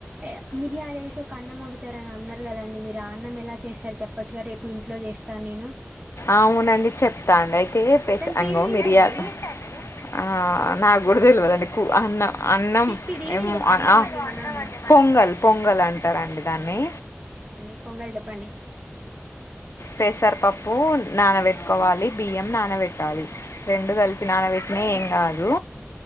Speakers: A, on the right; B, on the left.
A: ఏ మీర్
B: ఏ-
A: చెప్ చారేసి ఒక అన్నం వండుతారు అని అన్నరు కదండి మీరు ఆ అన్నం ఎలా చేస్తారు చెప్పచ్చుగా రేపు ఇంట్లో చేస్తాను నేను.
B: అవునండి చెప్తాండి. ఇదే పేస్
A: దాని
B: అంగో
A: పేరేంటండి
B: మిర్యాల్ ఆ నాకు కూడా తెలివదండి కూ అన్న అన్నం
A: కిచిడి
B: ఏమ
A: ఏదో అన్నామండి మనం
B: పొంగల్ పొంగల్ అంటారండి దాన్ని
A: నీ పొంగల్ చెప్పండి.
B: పెసరపప్పు నానబెట్టుకోవాలి, బియ్యం నానబెట్టాలి, రెండు కలిపి నానబెట్టి ఏం కాదు